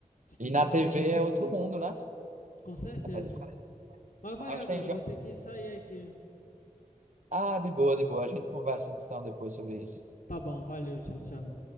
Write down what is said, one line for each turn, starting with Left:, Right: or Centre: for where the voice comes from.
Left: Sim,
Right: E na TV é outro mundo, né?
Left: com certeza.
Right: É diferente.
Left: Mas valeu,
Right: Mas
Left: amigo.
Right: tem jogos.
Left: Eu vou ter que sair aqui.
Right: Ah, de boa, de boa. A gente conversa então depois sobre isso.
Left: Tá bom, valeu. Tchau, tchau.